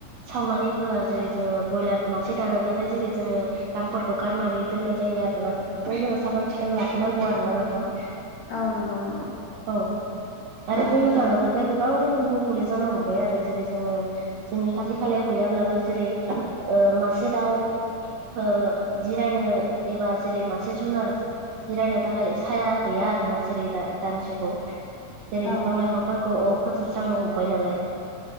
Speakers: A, on the right; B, on the left.
A: सावनानै होआ जेरै जोङो बयलार मासे दानोब्लाथाय जेरै जोङो गांफोरखौ गारनानै दोननाय जायो आरोना बेफोरखौ जोङो साखोन सिखोन लाखिनांगौ आरो ना नोंथां
B: औ नंगौ नंगौ
A: औ आरो
B: औ
A: बुंनो थाङोब्लाथाय
B: औ
A: गोबां रोखोम गुबुंले जानो हमबाय आरो जेरै जोङो जोंनि खाथि खालायाव गैयाब्लाबो जेरै ओह मासे दाउ ओह जिरायनो एबा जेरै मासे जुनार जिरायनो थाखाय साया गैया आरो ना जेरै दा दानि जुगाव जेरै
B: औ
A: बिफां लाइफांफोरखौ औ फोजोबस्रांनो हमबाय नालाय